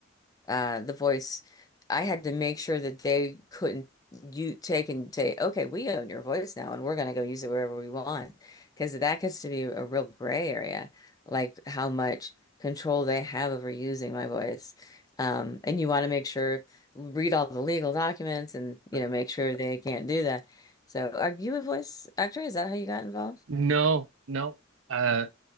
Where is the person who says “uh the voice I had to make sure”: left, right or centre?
Left